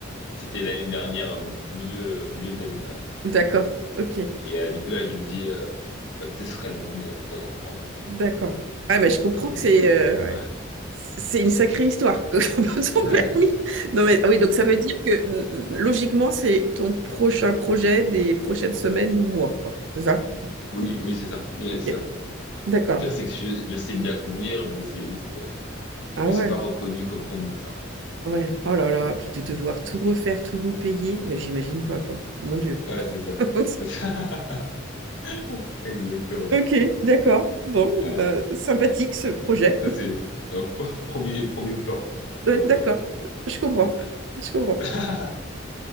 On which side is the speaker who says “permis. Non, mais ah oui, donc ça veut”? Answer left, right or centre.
Right